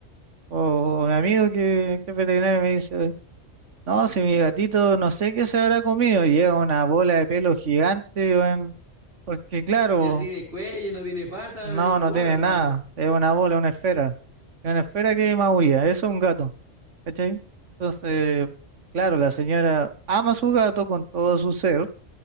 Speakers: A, on the right; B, on the right.
A: o, o mi amigo que, que es veterinario me dice, no, si mi gatito no sé qué se habrá comido, y llega una bola de pelo gigante, weón, porque claro.
B: Ya no tiene cuello, no tiene pata,
A: No,
B: es una
A: no
B: bola,
A: tiene
B: no,
A: nada. Es una bola, una esfera. Es una esfera que maulla. Eso es un gato. ¿Cachai? Entonces, claro, la señora ama a su gato con todo su ser,